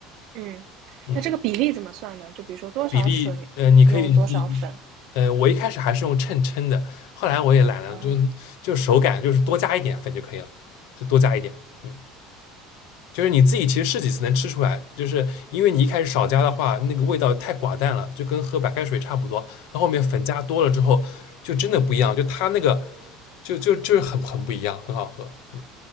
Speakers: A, on the right; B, on the left.
A: 嗯
B: 嗯，
A: 那这个比例怎么算呢？就比如说多少水用多少粉
B: 比例，呃，你可以，你，呃，我一开始还是用秤称的，后来我也懒了，
A: 啊？
B: 就就手感就是多加一点粉就可以了，就多加一点，嗯。就是你自己其实试几次能吃出来，就是因为你一开始少加的话，那个味道太寡淡了，就跟喝白开水差不多。到后面粉加多了之后，就真的不一样，就它那个就就就是很很不一样，很好喝。嗯，